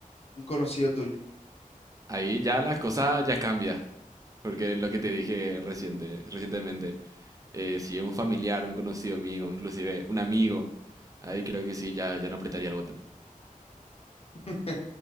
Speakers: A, on the left (about 45°); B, on the right (about 25°).
A: Un conocido tuyo.
B: ahí ya la cosa ya cambia. Porque lo que te dije reciente, recientemente, eh, si es un familiar, un conocido amigo, inclusive un amigo, ahí creo que sí, ya, ya no apretaría el botón.
A: <laughs>